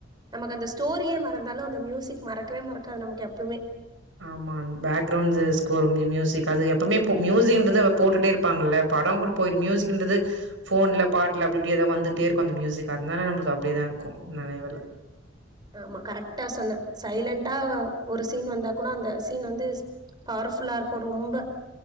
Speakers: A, on the right (about 20°); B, on the right (about 80°).
A: நமக்கு அந்த ஸ்டோரியே மறந்தாலு அந்த மியூசிக் மறக்கவே மறக்காது நமக்கு எப்பமே
B: ஆமா பேக்கிரவுண்ட்ஸ் ஸ்கோர் தீ மியூசிக் அது எப்பமே போ மியூசிக்ன்றது அத போட்டுட்டே இருப்பாங்கல்ல படம் <unintelligible> மியூசிக்ன்றது ஃபோன்ல பாட்டுல அப்டி இப்டி எதாது வந்துட்டே இருக்கு அந்த மியூசிக் அதனால நம்பளுக்கு அப்டியே தா இருக்கு நெனைவர்ல
A: ஆமா கரெக்டா சொன்ன சைலன்டா ஒரு சீன் வந்தா கூட அந்த சீன் வந்து பவர் ஃபுல்லா இருக்கு ரொம்ப